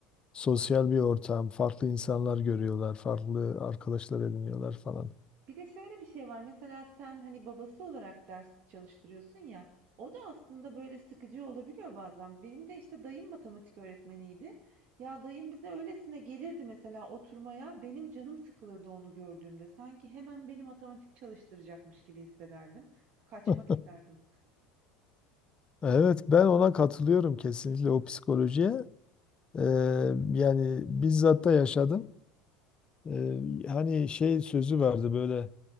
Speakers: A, on the left; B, on the right.
A: sosyal bir ortam farklı insanlar görüyorlar farklı arkadaşlar ediniyorlar falan.
B: Bir de şöyle bir şey var. Mesela sen hani babası olarak ders çalıştırıyorsun ya. O da aslında böyle sıkıcı olabiliyor bazen. Benim de işte dayım matematik öğretmeniydi. Ya dayım bize öylesine gelirdi mesela oturmaya. Benim canım sıkılırdı onu gördüğümde. Sanki hemen beni matematik çalıştıracakmış gibi hissederdim. Kaçmak
A: <laughs>
B: isterdim.
A: Evet ben ona katılıyorum kesinlikle o psikolojiye. Ee, yani bizzat da yaşadım. Ee, hani şey sözü vardı böyle